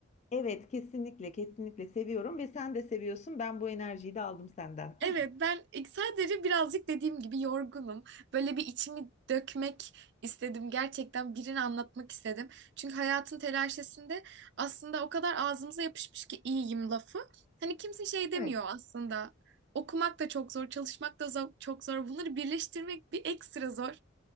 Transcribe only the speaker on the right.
Evet
ben e, sadece birazcık dediğim gibi yorgunum. Böyle bir içimi dökmek istedim. Gerçekten birini anlatmak istedim. Çünkü hayatın telaşesinde aslında o kadar ağzımıza yapışmış ki iyiyim lafı. Hani kimse şey demiyor
aslında. Okumak da çok zor, çalışmak da zo- çok zor. Bunları birleştirmek bir ekstra zor.